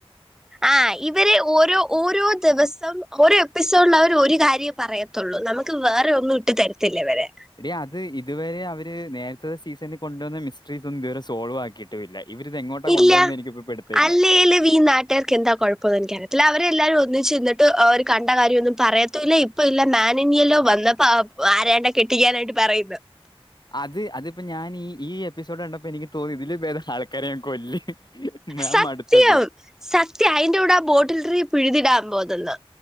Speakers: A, in the centre; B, on the left.
A: ആഹ് ഇവര് ഓരോ ഓരോ ദിവസം ഓരോ എപ്പിസോഡിൽ അവര് ഒരു കാര്യം പറയത്തുള്ളൂ നമുക്ക് വേറെ ഒന്നും ഇട്ട് തരത്തില്ല ഇവര്
B: എടി അത് ഇതുവരെ അവര് നേരത്തത്തെ സീസണിൽ കൊണ്ടുവന്ന മിസ്റ്ററീസൊന്നും ഇതുവരെ സോൾവ് ആക്കിയിട്ടുമില്ല. ഇവരിത് എങ്ങോട്ടാ
A: ഇല്ല,
B: കൊണ്ടുപോകുന്നത് എനിക്കിപ്പോ പിടുത്തമില്ല
A: അല്ലേലുവീ നാട്ടുകാർക്കെന്താ കൊഴപ്പമന്നെനിക്കറിയത്തില്ല അവര് എല്ലരും ഒന്നിച്ചുനിന്നിട്ട് അവര് കണ്ട കാര്യം ഒന്നും പറയത്തുമില്ല ഇപ്പ ഇല്ല മാനനിയല്ലോ വന്നപ്പോ അ ദേണ്ടെ കെട്ടിക്കാനായിട്ട് പറയുന്നു
B: അത് അതിപ്പോ ഞാൻ ഈ ഈ എപ്പിസോഡ് കണ്ടപ്പോ എനിക്ക് തോന്നി ഇതില് ഭേദം ആൾക്കാരെ അങ്ങ് കൊല്ല് ഞാൻ
A: സത്യം
B: മടുത്തത്
A: സത്യം അയിന്റെ കൂടെ ആ ബോട്ടിൽട്രീ പിഴുതിടാൻ തോന്നുന്ന്